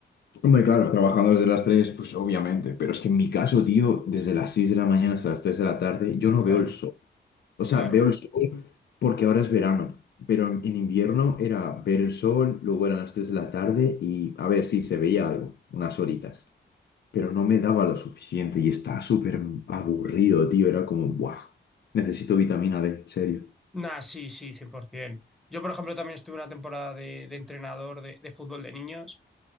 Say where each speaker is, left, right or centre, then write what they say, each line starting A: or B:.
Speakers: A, on the left; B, in the centre.
A: Hombre, claro, trabajando desde las 3, pues obviamente, pero es que en mi caso, tío, desde las 6 de la mañana hasta las 3 de la tarde, yo no
B: Claro,
A: veo el sol. O sea,
B: claro.
A: veo el sol porque ahora es verano, pero en, en invierno era ver el sol, luego eran las 3 de la tarde y a ver si se veía algo, unas horitas, pero no me daba lo suficiente y estaba súper aburrido, tío, era como, ¡buah! Necesito vitamina D, en serio.
B: Nah, sí, sí, 100%. Yo, por ejemplo, también estuve una temporada de, de entrenador de, de fútbol de niños.